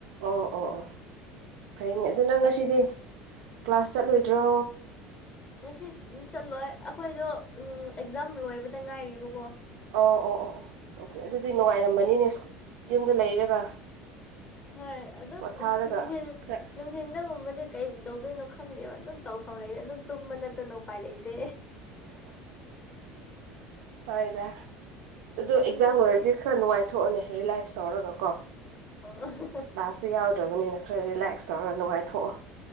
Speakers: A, on the right; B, on the left.
A: ꯑꯣ ꯑꯣ ꯑꯣ ꯐꯩꯅꯦ ꯑꯗꯨ ꯅꯪ ꯉꯁꯤꯗꯤ ꯀ꯭ꯂꯥꯁ ꯆꯠꯂꯣꯏꯗ꯭ꯔꯣ
B: ꯉꯁꯤ ꯆꯠꯂꯣꯏ ꯑꯩꯈꯣꯏꯗꯣ ꯎꯝ ꯑꯦꯛꯖꯥꯝ ꯂꯣꯏꯕꯗ ꯉꯥꯏꯔꯤꯕꯀꯣ
A: ꯑꯣ ꯑꯣ ꯑꯣ ꯑꯣ ꯑꯣꯀꯦ ꯑꯗꯨꯗꯤ ꯅꯨꯡꯉꯥꯏꯔꯃꯅꯤꯅꯦ ꯌꯨꯝꯗ ꯂꯩꯔꯒ
B: ꯍꯣꯏ ꯑꯗꯨ
A: ꯄꯣꯊꯥꯔꯒ
B: ꯅꯨꯡꯊꯤꯟ
A: ꯈꯔ
B: ꯅꯨꯡꯊꯤꯟꯗꯒꯨꯝꯕꯗꯤ ꯀꯩꯗꯧꯗꯣꯏꯅꯣ ꯈꯪꯗꯦꯕ ꯑꯗꯨꯝ ꯇꯧꯐꯝ ꯂꯩꯇꯦ ꯑꯗꯨꯝ ꯇꯨꯝꯕ ꯅꯠꯇꯅ ꯎꯄꯥꯏ ꯂꯩꯇꯦ
A: ꯍꯣꯏꯗꯥ ꯑꯗꯨ
B: ꯑꯗꯨꯝ
A: ꯑꯦꯛꯖꯥꯝ
B: ꯇꯨꯝꯃꯦ
A: ꯂꯣꯏꯔꯗꯤ ꯈꯔ ꯅꯨꯡꯉꯥꯏꯊꯣꯛꯑꯣꯅꯦ ꯔꯤꯂꯦꯛꯁ ꯇꯧꯔꯒ ꯀꯣ
B: <unintelligible>
A: ꯀ꯭ꯂꯥꯁꯁꯨ ꯌꯥꯎꯗ꯭ꯔꯕꯅꯤꯅ ꯈꯔ ꯔꯤꯂꯦꯛꯁ ꯇꯧꯔꯒ ꯅꯨꯡꯉꯥꯏꯊꯣꯛꯑꯣ